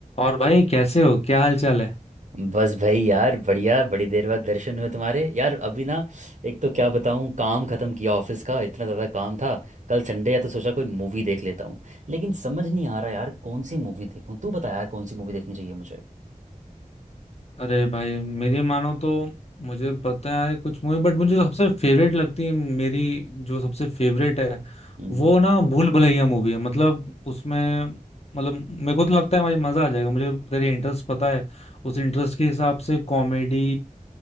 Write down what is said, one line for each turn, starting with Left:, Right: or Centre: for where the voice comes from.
Left: और भाई कैसे हो क्या हाल चाल है
Right: बस भाई यार बढ़िया बड़ी देर बाद दर्शन हुए तुम्हारे यार अभी ना एक तो क्या बताऊँ काम खत्म किया ऑफिस का इतना ज़्यादा काम था कल संडे है तो सोचा कोई मूवी देख लेता हूँ लेकिन समझ नहीं आ रहा यार कौन सी मूवी देखूँ तू बता यार कौन सी मूवी देखनी चाहिए मुझे
Left: अरे भाई मेरी मानो तो मुझे पता है कुछ मूवी बट मुझे सबसे फेवरेट लगती है मेरी जो सबसे फेवरेट है
Right: हम्म
Left: वो ना भूल भुलैया मूवी है मतलब उसमें मतलब मेरे को तो लगता है भाई मजा आ जाएगा मुझे तेरे इंटरेस्ट पता है उस इंटरेस्ट के हिसाब से कॉमेडी